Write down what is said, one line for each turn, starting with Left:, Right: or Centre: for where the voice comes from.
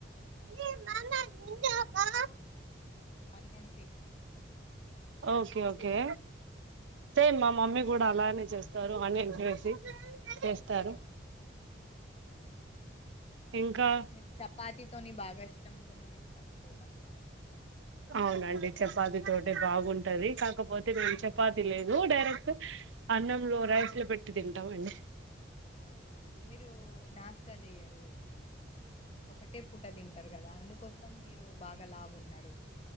Right: ఏందీ రా బావ
Left: ఆనియన్స్
Right: ఓకే ఓకే సేం మా మమ్మీ కూడా అలానే చేస్తారు ఆనియన్స్ వేసి చేస్తారు
Left: అవునా
Right: ఇంకా
Left: మేము చపాతితోని బాగా ఇష్టంతోని తింటాం తోటకూర
Right: అవునండి చపాతితోటె బాగుంటది కాకపోతే మేం చపాతి లేవు డైరె క్ట్ అన్నంలో రైస్లో పెట్టి తింటామండి
Left: అవునాండి మీరూ నాస్తా చెయ్యం రు ఒకటే పూట తింటరు కదా అందుకోసం మీరూ బాగాలావున్నరు